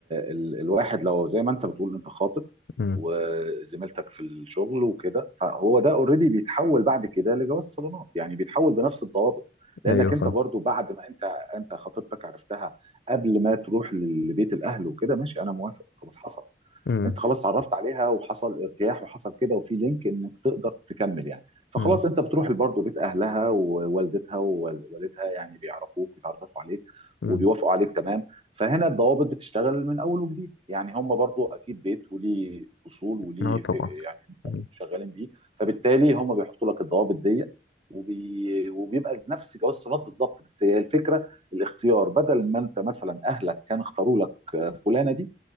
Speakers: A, on the right; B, on the left.
A: ال الواحد لو زي ما انت بتقول انت خاطب
B: امم
A: وزميلتك في الشغل وكده فهو ده اوريدي بيتحول بعد كده لجواز صالونات يعني بيتحول بنفس الضوابط لانك
B: ايوه فاهم
A: انت برضو بعد ما انت انت خطيبتك عرفتها قبل ما تروح لبيت الاهل وكده ماشي انا موافق خلاص حصل
B: امم
A: انت خلاص اتعرفت عليها وحصل ارتياح وحصل كده وفي لينك انك تقدر تكمل يعني فخلاص
B: امم
A: انت بتروح برضه بيت اهلها ووالدتها ووالدها يعني بيعرفوك ويتعرفوا عليك
B: مم.
A: وبيوافقوا عليك تمام فهنا الضوابط بتشتغل من اول وجديد يعني هم برضو اكيد بيت وليه اصول وليه
B: اه طبعا
A: ف- يعني
B: مم.
A: شغالين بيه فبالتالي هم بيحطوا لك الضوابط دي وبي... وبيبقى نفس جواز الصالونات بالظبط بس هي الفكره الاختيار بدل ما انت مثلا اهلك كان اختاروا لك فلانه دي